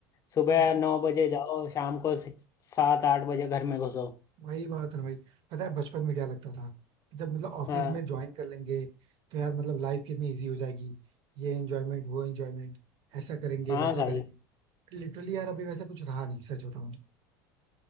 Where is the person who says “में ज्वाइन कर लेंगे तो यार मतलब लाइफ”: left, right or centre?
Right